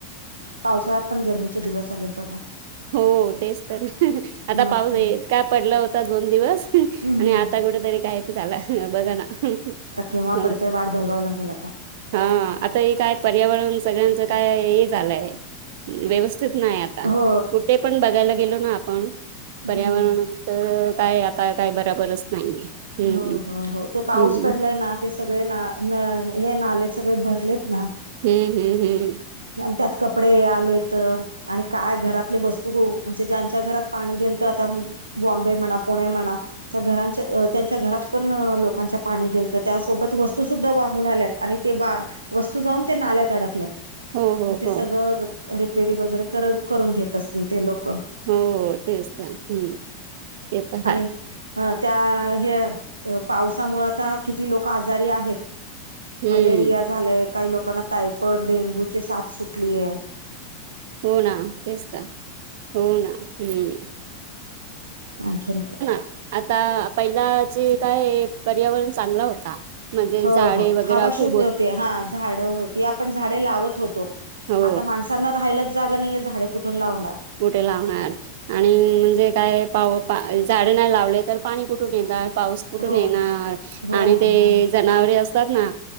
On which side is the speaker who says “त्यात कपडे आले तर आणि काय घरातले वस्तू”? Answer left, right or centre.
Right